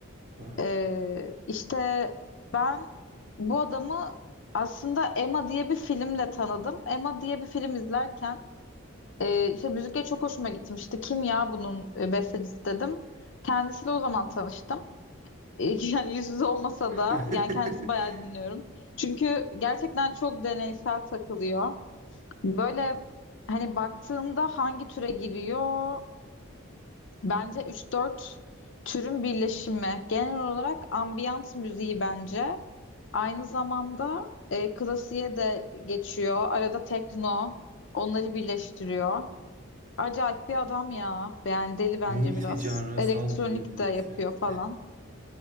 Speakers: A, on the right; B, on the left.
A: Aa.
B: Ee, işte ben bu adamı aslında Emma diye bir filmle tanıdım. Emma diye bir film izlerken e, işte müzikle çok hoşuma gitmişti. Kim ya bunun e, bestecisi dedim. Kendisiyle o zaman tanıştım. E, <laughs> yani yüz yüze olmasa da
A: <laughs>
B: yani kendisi bayağı dinliyorum. Çünkü gerçekten çok deneysel takılıyor. Böyle hani baktığında hangi türe giriyor? Bence üç dört türün birleşimi. Genel olarak ambiyans müziği bence. Aynı zamanda e, klasiğe de geçiyor. Arada tekno onları birleştiriyor. Acayip bir adam ya. Yani deli bence
A: Multi
B: biraz. Elektronik
A: diyebiliriz
B: de yapıyor
A: yani.
B: falan.